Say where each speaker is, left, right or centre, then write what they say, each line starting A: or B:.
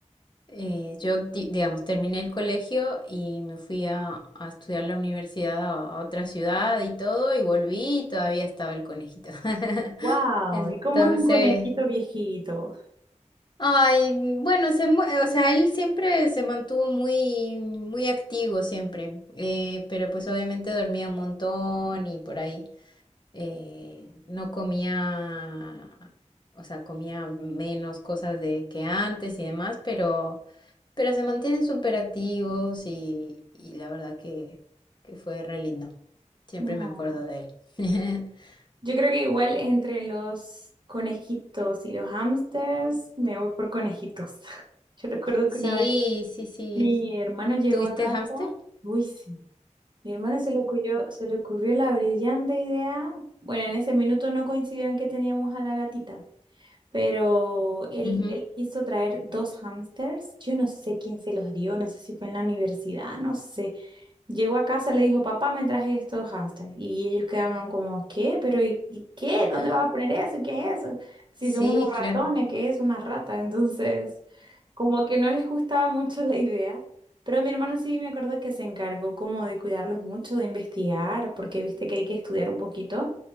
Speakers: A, on the left (about 35°); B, on the right (about 40°).
A: eh, yo, di- digamos, terminé el colegio y me fui a, a estudiar la universidad a, a otra ciudad y todo, y volví y todavía estaba el conejito. <laughs>
B: ¡Wow!
A: Entonces...
B: ¿Y cómo es un conejito viejito?
A: Ay, bueno, se, mu- o sea, él siempre se mantuvo muy, muy activo siempre, eh, pero pues obviamente dormía un montón y por ahí eh, no comía, o sea, comía menos cosas de que antes y demás, pero, pero se mantienen súper activos y, y la verdad que, que fue re lindo. Siempre
B: No.
A: me acuerdo de él. <laughs>
B: Yo creo que igual entre los conejitos y los hámsters me voy por conejitos. <laughs> Yo recuerdo
A: Sí,
B: que una vez
A: sí, sí.
B: mi hermano llegó
A: ¿Tuviste
B: a casa,
A: hámster?
B: uy sí, mi hermano se le ocurrió, se le ocurrió la brillante idea, bueno, en ese minuto no coincidió en que teníamos a la gatita, pero él,
A: Ujú.
B: él quiso traer dos hámsters, yo no sé quién se los dio, no sé si fue en la universidad, no sé. Llegó a casa, le dijo, papá, me traje estos hámsters. Y ellos quedaron como, ¿qué? ¿Pero y, y qué? ¿Dónde
A: <gasps>
B: vas a poner eso? ¿Qué es eso? Si
A: Sí,
B: son unos ratones,
A: claro.
B: ¿qué es? Una rata. Entonces, como que no les gustaba mucho la idea. Pero mi hermano sí me acuerdo que se encargó como de cuidarlos mucho, de investigar, porque viste que hay que estudiar un poquito,